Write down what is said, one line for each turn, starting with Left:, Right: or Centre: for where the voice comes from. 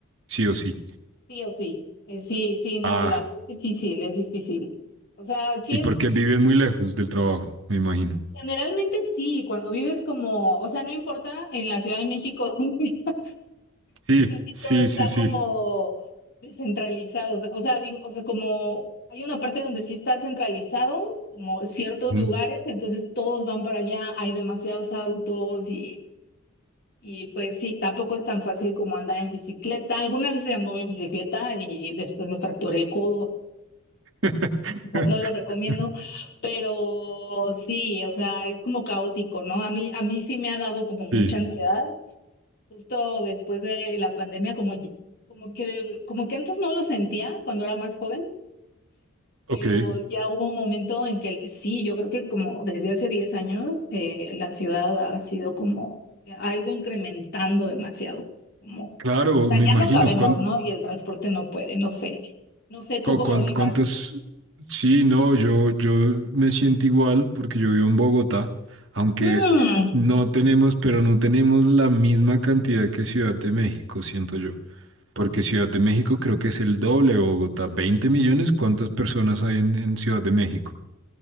Right: sí o sí.
Left: Sí o sí, eh, sí, sí, no,
Right: Ah,
Left: la, es difícil, es difícil. O sea, sí
Right: y
Left: es,
Right: porque viven muy lejos del trabajo, me imagino.
Left: generalmente sí, cuando vives como, o sea, no importa en la Ciudad de México, <laughs> donde vivas,
Right: Sí,
Left: casi
Right: sí,
Left: todo está
Right: sí, sí.
Left: como descentralizado, o sea, o sea, digo, o sea, como hay una parte donde sí está centralizado, como ciertos
Right: Ujú.
Left: lugares, entonces todos van para allá, hay demasiados autos y, y pues sí, tampoco es tan fácil como andar en bicicleta. Alguna vez anduve en bicicleta y después me fracturé el codo,
Right: <laughs>
Left: no lo recomiendo, pero sí, o sea, es como caótico, ¿no? A mí, a mí sí me ha dado como mucha
Right: Sí,
Left: ansiedad Justo después de la pandemia, como, ya- como que, de- como que antes no lo sentía cuando era más joven, pero
Right: ok,
Left: ya hubo un momento en que sí, yo creo que como desde hace 10 años, eh, la ciudad ha sido como, ha ido incrementando demasiado, como,
Right: claro,
Left: o sea,
Right: me
Left: ya
Right: imagino.
Left: no cabemos,
Right: ¿Cuán-
Left: ¿no? Y el transporte no puede, no sé, no sé tú
Right: ¿Cu-
Left: cómo
Right: cuán-
Left: vivas.
Right: ¿Cuántas? Sí, no, yo, yo me siento igual porque yo vivo en Bogotá, aunque
Left: Mm.
Right: no tenemos, pero no tenemos la misma cantidad que Ciudad de México, siento yo. Porque Ciudad de México creo que es el doble de Bogotá. ¿20 millones? ¿Cuántas personas hay en, en Ciudad de México?